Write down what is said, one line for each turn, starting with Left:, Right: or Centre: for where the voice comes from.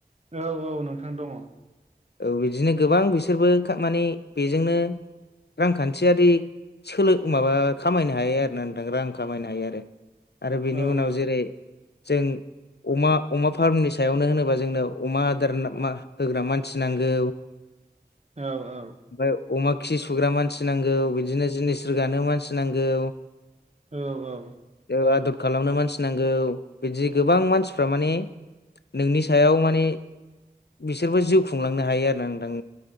Right: औ औ नोंथां दङ
Left: ओ बिदिनो गोबां बिसोरबो खा माने बेजोंनो रांखान्थियारि सोलों माबा खामायनो हायो आरोना नोंथां रां खामायनो हायो आरो आरो बेनि
Right: औ
Left: उनाव
Right: औ
Left: जेरै जों अमा अमा फार्मनि सायावनो होनोबा जोंनो अमा आदार मा होग्रा मानसि नांगौ।
Right: औ औ
Left: ओमफाय अमाखि सुग्रा मानसि नांगौ बिदिनो जिनिस रोगानो मानसि नांगौ
Right: औ औ।
Left: ओ आदद खालामनो मानसि नांगौ बिदि गोबां मानसिफ्रा माने। नोंनि सायाव माने बिसोरबो जिउ खुंलांनो हायो आरोना नोंथां